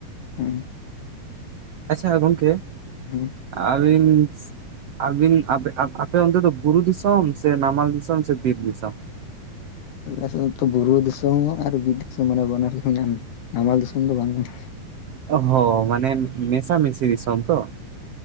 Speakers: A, on the left; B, on the right.
A: ᱦᱩᱸ
B: ᱟᱪᱪᱷᱟ ᱜᱚᱢᱠᱮ
A: ᱦᱮᱸ
B: ᱟᱹᱵᱤᱱ ᱟᱵᱤᱱ ᱟᱯᱮ ᱚᱱᱛᱮ ᱫᱚ ᱵᱩᱨᱩ ᱫᱤᱥᱚᱢ ᱥᱮ ᱱᱟᱢᱟᱞ ᱫᱤᱥᱚᱢ ᱥᱮ ᱵᱤᱨ ᱫᱤᱥᱚᱢ
A: ᱪᱮᱫᱟᱜ ᱥᱮ ᱵᱩᱨᱩ ᱫᱤᱥᱚᱢ ᱦᱚᱸ ᱟᱨ ᱫᱤᱥᱚᱢ ᱦᱚᱸ ᱢᱟᱱᱮ ᱵᱟᱱᱟᱨ ᱢᱮᱱᱟᱜᱼᱟ ᱱᱟᱢᱟᱞ ᱫᱤᱥᱚᱢ ᱫᱚ ᱵᱟᱝ ᱠᱟᱱᱟ
B: ᱚᱦᱚ ᱢᱟᱱᱮ ᱢᱮᱥᱟᱢᱤᱥᱤ ᱫᱤᱥᱚᱢ ᱛᱚ